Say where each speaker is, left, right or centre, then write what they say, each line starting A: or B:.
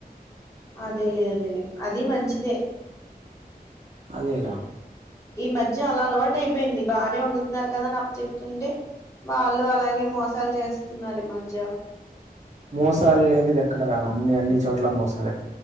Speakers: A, on the left (about 20°); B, on the right (about 45°).
A: అదేలే అదేలే అది మంచిదే
B: అదేరా
A: ఈ మధ్య అలా అలవాటు అయిపోయింది బాగానే వండుతున్నారు కదా అని అప్ప చెప్తుంటే వాళ్ళు అలాగే మోసాలు చేస్తున్నారు ఈ మధ్య
B: మోసాలు లేనిది ఎక్కడ రా అన్ని అన్ని చోట్ల మోసాలే